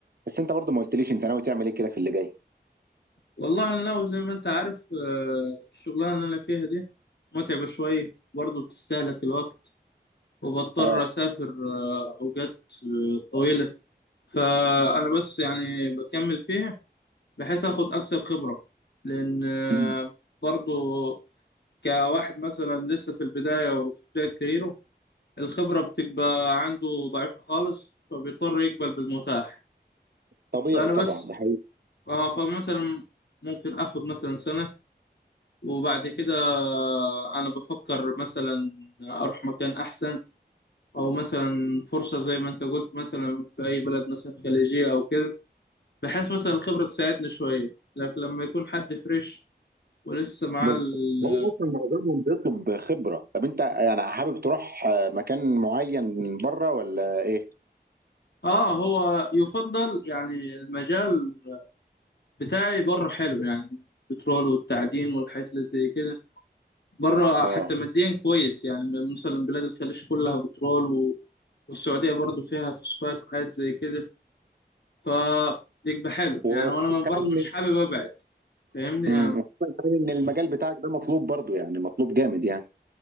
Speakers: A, on the right; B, on the left.
A: بس انت برضو ما قلتليش انت ناوي تعمل ايه كده في اللي جاي
B: والله أنا لو زي ما أنت عارف آه، الشغلانة اللي أنا فيها دي متعبة شوية برضه بتستهلك الوقت وبضطر
A: اه
B: أسافر آه، أوقات آه، طويلة فأنا بس يعني بكمل فيها بحيث آخد أكسب خبرة لأن آه،
A: مم.
B: برضه كواحد مثلا لسه في البداية وفي بداية كاريره الخبرة بتبقى عنده ضعيفة خالص فبيضطر يقبل بالمتاح
A: طبيعي
B: فأنا
A: طبعا
B: بس
A: ده
B: آه، فمثلا ممكن آخد مثلا سنة وبعد كده آه، أنا بفكر مثلا أروح مكان أحسن أو مثلا فرصة زي ما أنت قلت مثلا في أي بلد مثلا خليجية أو كده بحيث مثلا الخبرة تساعدني شوية لكن لما يكون حد فريش ولسه مع
A: بس
B: ال
A: هو اصلا معظمهم بيطلب خبره طب انت يعني حابب تروح آه، مكان معين من بره ولا ايه؟
B: آه هو يفضل يعني المجال بتاعي بره حلو يعني البترول والتعدين والحاجات اللي زي كده بره
A: اه
B: حتى ماديا كويس يعني مثلا بلاد الخليج كلها بترول و... والسعودية برضو فيها فوسفات وحاجات زي كده فبيبقى حلو
A: وكمان
B: يعني وانا برضو مش
A: ان
B: حابب ابعد فاهمني
A: مم،
B: يعني
A: وخصوصاً كمان ان
B: مش
A: المجال بتاعك ده مطلوب برضو يعني مطلوب جامد يعني